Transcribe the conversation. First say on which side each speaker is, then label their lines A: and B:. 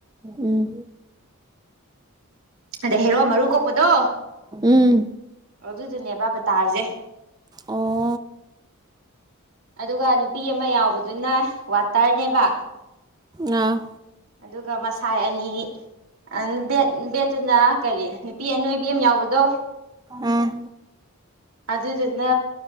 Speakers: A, on the right; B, on the right.
A: ꯎꯝ
B: ꯑꯗ ꯍꯦꯔꯣ ꯃꯔꯨ ꯀꯣꯛꯄꯗꯣ
A: ꯎꯝ
B: ꯑꯗꯨꯏꯗꯨꯅꯦꯕ ꯕꯥꯕ ꯇꯥꯔꯁꯦ
A: ꯑꯣ
B: ꯑꯗꯨꯒ ꯅꯨꯄꯤ ꯑꯃ ꯌꯥꯎꯕꯗ ꯑꯗꯨꯅ ꯋꯥꯇꯔꯅꯦꯕ
A: ꯑꯥ
B: ꯑꯗꯨꯒ ꯃꯁꯥꯏ ꯑꯅꯤ ꯑꯗꯨ ꯕꯦꯠꯇꯨꯅ ꯀꯔꯤ ꯅꯨꯄꯤ ꯑꯅꯣꯏꯕꯤ ꯑꯃ ꯌꯥꯎꯕꯗꯣ
A: ꯎꯝ
B: ꯑꯗꯨꯗꯨꯅ